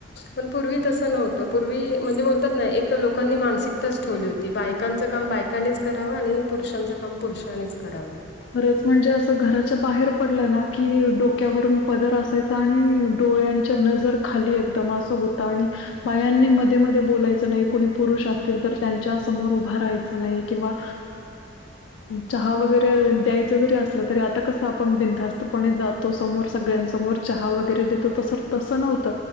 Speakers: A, on the left; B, on the left.
A: पण पूर्वी तसं नव्हतं पूर्वी म्हणजे बोलतात ना एक लोकांनी मानसिकताच ठेवली होती. ती बायकांचं काम बायकांनीच करावं आणि पुरुषांचं काम पुरुषांनीच करावे.
B: खरंच म्हणजे असं घराच्या बाहेर पडलं ना की डोक्यावरून पदर असायच. आणि डोळ्यांच्या नजर खाली एकदम असं होतं आणि बायांनी मध्ये मध्ये बोलायचं नाही कोणी पुरुष असतील तर त्यांच्या समोर उभ राहायच नाही किंवा चहा वगरे द्यायच जरी असलं तरी आ कस आपण बिधास्तपणे जातो समोर सगळ्यांसमोर चहा वगैरे देतो त तस नव्हत